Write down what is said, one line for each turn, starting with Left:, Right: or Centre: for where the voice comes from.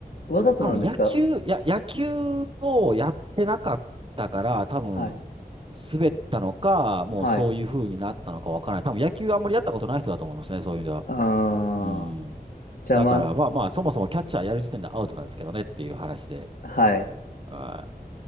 Left: わざとなんですか
Right: 多分野球、や、野球をやってなかったから、多分
Left: はい。
Right: 滑ったのか、もうそういう風になったのかわからない。
Left: はい。
Right: 多分野球あんまりやったことない人だと思いますね、そういう意味では。
Left: ああ、
Right: うん。
Left: 邪魔、
Right: だからまあまあ、そもそもキャッチャーやる時点でアウトなんですけどねっていう話で。
Left: はい。
Right: あー